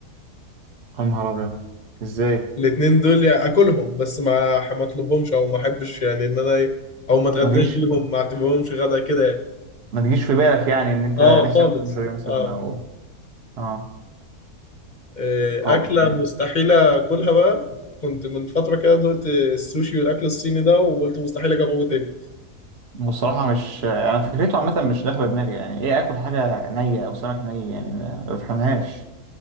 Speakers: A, on the right (about 45°); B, on the left (about 35°).
A: يا نهار ابيض ازاي
B: الاتنين دول يعني اكلهم بس ما ح- ما اطلبهمش او ما احبش يعني ان انا ي- او ما اتغداش
A: ما تجيش
B: بيهم ما اعتبرهمش غدا كده يعني
A: ما تجيش في بالك يعني ان انت
B: اه
A: نفسك
B: خالص
A: تاكل كشري مثلا
B: اه
A: او اه
B: إيه،
A: طبعا
B: اكله مستحيله اكلها بقى كنت من فتره كده دقت السوشي والاكل الصيني ده وقلت مستحيل اجربه تاني
A: والصراحه مش انا فكرته عامه مش داخله دماغي يعني ايه اكل حاجه نيه او سمك ني يعني ما ما بفهمهاش